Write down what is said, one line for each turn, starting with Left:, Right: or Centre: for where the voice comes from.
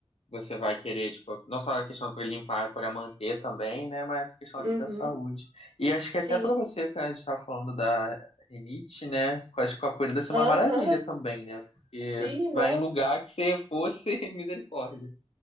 Left: você vai querer, tipo, não só a questão pra limpar, é pra manter também, né? Mas a questão
Right: Uhum,
Left: ali da saúde. E acho
Right: sim,
Left: que até pra você, que a gente tava falando da rinite, né? Acho que a poeira deve ser
Right: aham,
Left: uma maravilha também, né? Porque
Right: sim,
Left: vai
Right: nossa.
Left: em lugar que você fosse <laughs> misericórdia.